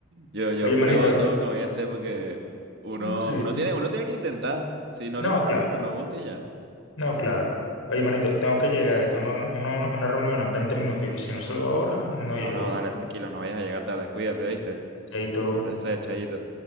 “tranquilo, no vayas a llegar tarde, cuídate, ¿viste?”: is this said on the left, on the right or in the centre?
Right